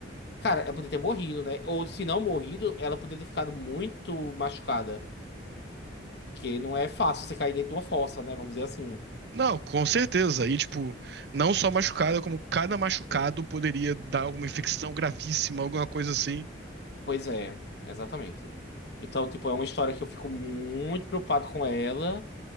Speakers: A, on the left; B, on the right.
A: Cara, ela poder ter morrido, né? Ou se não morrido, ela poder ter ficado muito machucada. Porque não é fácil você cair dentro de uma fossa, né? Vamos dizer assim.
B: Não, com certeza. E, tipo, não só machucada, como cada machucado poderia dar alguma infecção gravíssima, alguma coisa assim.
A: Pois é, exatamente. Então, tipo, é uma história que eu fico muito preocupado com ela.